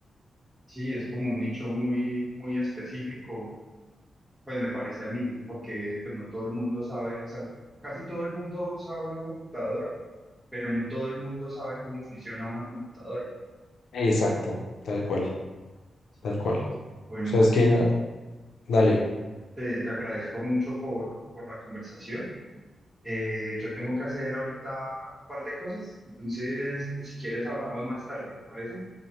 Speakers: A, in the centre; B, on the left (about 85°).
A: Sí, es como un nicho muy, muy específico, pues me parece a mí, porque pues no todo el mundo sabe, o sea, casi todo el mundo usa una computadora, pero no todo el mundo sabe cómo funciona una computadora.
B: Exacto, tal cual,
A: Sí.
B: tal cual.
A: Bueno,
B: O sea,
A: Santi,
B: es que, na- dale,
A: te, te agradezco mucho por, por la conversación. Eh, yo tengo que hacer ahorita un par de cosas, entonces si quieres hablamos más tarde, ¿te parece?